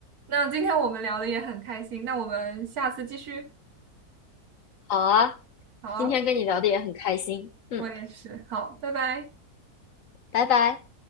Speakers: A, on the right; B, on the left.
A: 那今天我们聊的也很开心，那我们下次继续。
B: 好啊，
A: 好，
B: 今天跟你聊的也很开心，嗯，
A: 我也是，好，拜拜。
B: 拜拜。